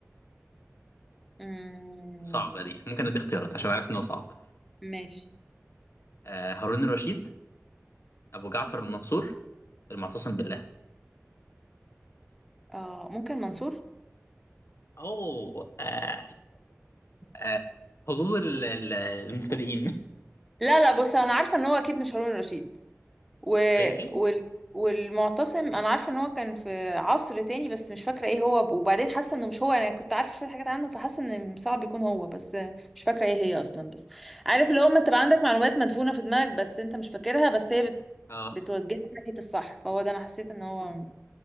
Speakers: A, in the centre; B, on the left (about 60°).
A: أمم،
B: صعبه دي ممكن ادي اختيارات عشان عارف ان هو صعب
A: ماشي
B: آه، هارون الرشيد أبو جعفر المنصور المعتصم بالله
A: اه ممكن منصور
B: أو آه آه حظوظ ال- ال- المبتدئين
A: لا لا بص انا عارفة ان هو اكيد مش هارون رشيد و...
B: <laughs> ماشي
A: وال... والمعتصم انا عارفه ان هو كان في عصر تاني بس مش فاكره ايه هو وبعدين حاسه انه مش هو انا كنت عارفه شويه حاجات عنه فحاسه ان صعب يكون هو بس مش فاكره ايه هي اصلا بس عارف اللي هو ما تبقى عندك معلومات مدفونه في دماغك بس انت مش فاكرها بس هي بت...
B: اه
A: بتوجهك ناحيه الصح فهو ده انا حسيت ان هو